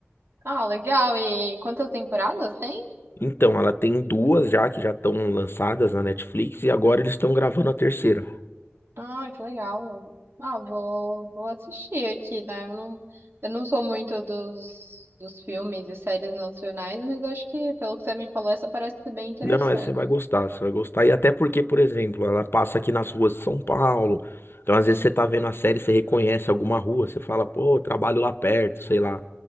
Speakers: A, on the right (about 55°); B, on the left (about 55°).
A: Ah, legal. E quantas temporadas tem?
B: Então, ela tem duas já que já estão lançadas na Netflix e agora eles estão gravando a terceira.
A: Ai, que legal. Ah, vou, vou assistir aqui, né? Eu não, eu não sou muito dos, dos filmes e séries nacionais, mas acho que, pelo que você me falou, essa parece ser bem interessante.
B: Não, essa você vai gostar, você vai gostar. E até porque, por exemplo, ela passa aqui nas ruas de São Paulo. Então, às
A: Hum,
B: vezes, você tá vendo a série, você reconhece alguma rua, você fala, pô, eu trabalho lá perto, sei lá.